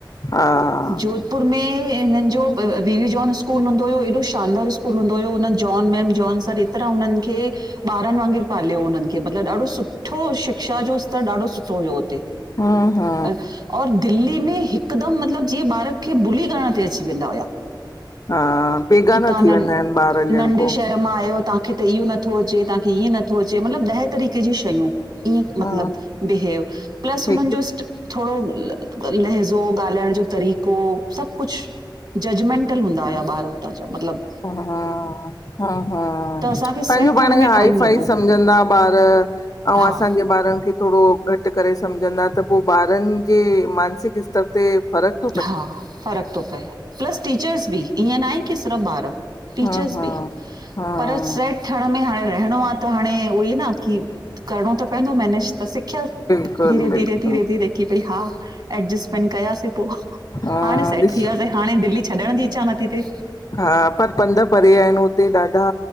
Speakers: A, on the left (about 50°); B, on the right (about 65°).
A: हा
B: जोधपुर में हिननि जो त वी वी जोॉन स्कूल हूंदो हुओ एॾो शानदार स्कूल हूंदो हुओ उन जॉन मैम जॉन सर एतिरा हुननि खे ॿारनि वांगुरु पालियो हुननि खे मतिलबु ॾाढो सुठो शिक्षा जो स्तर ॾाढो सुठो हुयो हुते।
A: हा हा,
B: अ, और दिल्ली में हिकदमि मतिलबु जीअं ॿारक खे बुली करण ते अची वेंदा हुया।
A: हा, बेगाना
B: कि तहां
A: थी
B: न
A: वेंदा आहिनि ॿार ॼण
B: नंढे
A: को
B: शहर मां आयो तव्हां। कि त इहो नथो अचे व्हांखे ईअं नथो अचे मतिलबु ॾह तरीक़े जी शयूं ईअं
A: हा
B: मतलबु बिहेव प्लस हुननि
A: हिकु
B: जो थोरो लहज़ो ॻाल्हाइण जो तरीक़ो सभु कुझु जजमेंटल हूंदा हुआ ॿार हुतां जा मतिलब।
A: हा, हा हा,
B: त असांखे
A: पांजो
B: सेट
A: पाण
B: थियण
A: खे
B: में
A: हाई
B: टाइम
A: फाई
B: लॻो
A: सम्झंदा ॿार आऊं
B: हा
A: असांजे ॿारनि खे थोरो घटि करे सम्झंदा त पो ॿारनि जे मानसिक स्तर ते फ़रक
B: हा फ़रक थो पए प्लस टीचर्स बि ईअं न आहे की सिर्फ़ु ॿार टीचर्स
A: हा हा
B: बि
A: हा
B: पर से थण में हाणे रहणो आ त हाणे उहे ई न की करिणो त पइंदो मैनेज त सिख
A: बिल्कुलु
B: धीरे
A: बिल्कुलु
B: धीरे धीरे धीरे की भई हा एडजस्टमेंट कयासीं पो
A: हा
B: हाणे सेट
A: ॾिस
B: थी वियासे, हाणे दिल्ली छॾण जी इच्छा नथी थे।
A: हा पर पंध परे आहिन हुते ॾाढा